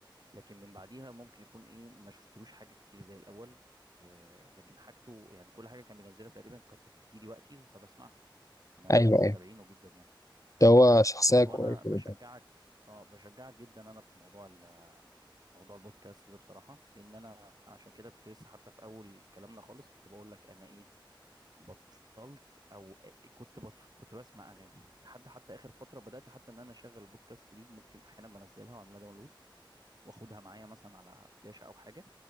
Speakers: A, on the right; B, on the left.
A: لكن من بعديها ممكن يكون ايه ما شفتلوش حاجه كتير زي الاول آه لكن حاجته يعني كل حاجه كان بينزلها تقريبا كانت بتجيلي وقتي فبسمعها ان انا
B: أيوه
A: من متابعينه
B: أيوه
A: جدا يعني
B: ده هو شخصية
A: بص
B: كويسة
A: هو انا بشجعك
B: جدا
A: اه بشجعك جدا انا في موضوع ال- موضوع البودكاست ده بصراحه لان انا عشان كده كنت لسه حتى في اول كلامنا خالص كنت بقول لك انا ايه بطلت او كنت بطف كنت بسمع اغاني لحد حتى اخر فتره بدات حتى ان انا اشغل البودكاست دي ممكن احيانا بنزلها واعملها داونلود واخدها معايا مثلا على فلاشه او حاجه